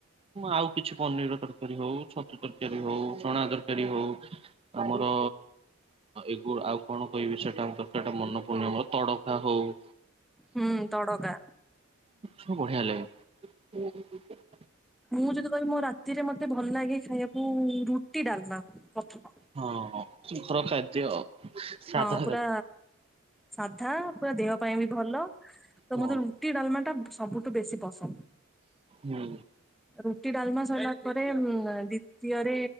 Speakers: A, on the right; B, in the centre.
A: ଆଉ କିଛି ପନିର ତରକାରୀ ହଉ ଛତୁ ତରକାରୀ ହଉ ଚଣା ତରକାରୀ ହଉ। ଆମର ଏଗୁ ଆଉ କଣ କହିବି ସେଟା ସେଟା ମନେ <unintelligible> ତଡକା ହଉ
B: ହୁଁ ତଡକା।
A: ସବୁ ବଢିଆ ଲାଗେ।
B: ମୁଁ ଯଦି କହିବି ମୋ ରାତିରେ ମତେ ଭଲ ଲାଗେ ଖାଇବାକୁ ରୁଟି ଡାଲମା, ପ୍ରଥମ
A: ହଁ ଖାଇ <unintelligible> ପୁରା
B: ହଁ
A: ସାଧା
B: ପୁରା ସାଧା ପୁରା ଦେହ ପାଇଁ ବି ଭଲ। ତ
A: ହଁ
B: ମୋତେ ରୁଟି ଡାମା ଟା ସବୁଠୁ ବେଶୀ ପସନ୍ଦ।
A: ହୁଁ।
B: ରୁଟି, ଡାଲମା, ସିଇଲା ପରେ ଦ୍ଵିତୀୟରେ